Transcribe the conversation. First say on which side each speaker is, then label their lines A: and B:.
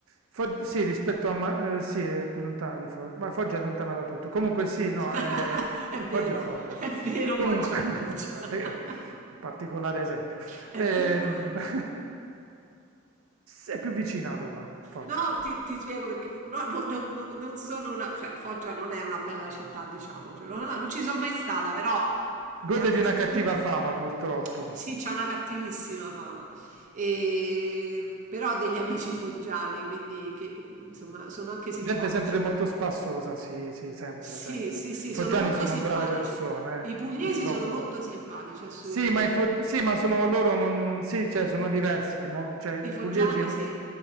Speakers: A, on the right (about 80°); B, on the right (about 35°).
A: Fog- sì, rispetto a... Ma- eh, sì, è più lontana di Foggia, ma Foggia è lontana da tutto. Comunque sì, no,
B: <laughs>
A: eh,
B: È vero,
A: Foggia è Foggia.
B: è vero,
A: Comunque,
B: Foggia è Foggia.
A: <laughs> guardate,
B: <laughs>
A: un particolare esempio.
B: È
A: Ehm,
B: vero.
A: <laughs> è più vicina a Roma, Foggia.
B: No, ti, ti spiego perché no, no, no, no, non sono una... cioè Foggia non è una bella città, diciamocelo, no, no, non ci sono mai stata, però mi
A: Gode
B: hanno
A: di una
B: detto
A: cattiva
B: tutti
A: fama,
B: che...
A: purtroppo.
B: Sì, c'è una cattivissima fama, e... però ho degli amici foggiani, quindi che, insomma sono anche simpatici.
A: Gente sempre molto spassosa, sì, sì, sempre,
B: Sì,
A: sempre.
B: sì, sì,
A: Foggiani
B: sono molto
A: sono
B: simpatici.
A: brave persone,
B: I
A: eh,
B: pugliesi
A: purtroppo.
B: sono molto simpatici, assolutamente.
A: Sì, ma, i fog- sì, ma sono loro, non, non- sì, cioè, sono diversi. mo- cioè, pugliesi,
B: I foggiani
A: è un-
B: sì,